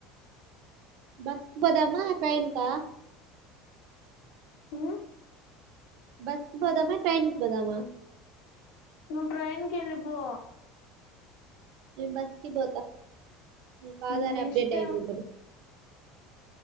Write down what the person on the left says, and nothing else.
హ
ను ట్రైన్కి వెళ్ళిపో
నీ
ఇష్టం